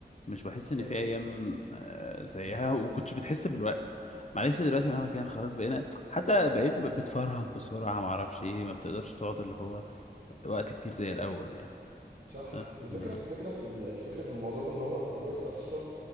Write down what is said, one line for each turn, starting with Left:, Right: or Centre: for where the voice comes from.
Left: مش بحس
Right: فاكر
Left: ان في ايام
Right: صح
Left: آه، زيها وكنتش بتحس بالوقت معلش دلوقتي مهما كان خلاص بقينا حتى بقيت ب- بتفرهد بسرعه ما اعرفش ايه ما بتقدرش تقعد اللي هو وقت كتير زي الاول يعني
Right: صح
Left: آه،
Right: الفكره
Left: آه،
Right: الفكره في ال- الفكره في الموضوع ده ان هو انت دلوقتي اصلا